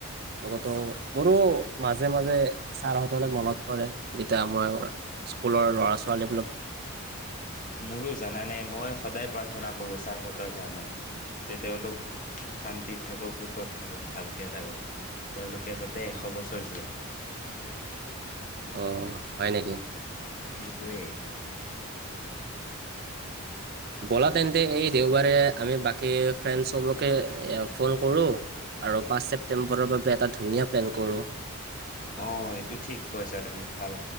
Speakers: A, on the right; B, on the left.
A: লগতো মোৰো মাজে-মাজে ছাৰহতলৈ মনত পৰে যেতিয়া আমাৰ স্কুলৰ ল'ৰা-ছোৱালী,
B: মোৰো জানানে মই সদায় প্ৰাৰ্থনা কৰো চাৰহঁতৰ কাৰণে যে তেওঁলোক শান্তিত থাকক সুখত থাকক ভালকে থাকক তেওঁলোকে যাতে এশ বছৰ জীয়াই,
A: অ হয় নেকি?
B: সেইটোৱে।
A: ব'লা তেন্তে এই দেওবাৰে আমি বাকী ফ্ৰেণ্ডছবকে ফোন কৰোঁ আৰু পাঁচ ছেপটেম্বৰৰ বাবে এটা ধুনীয়া প্লেন কৰোঁ।
B: অ এইটো ঠিক কৈছা তুমি ভাল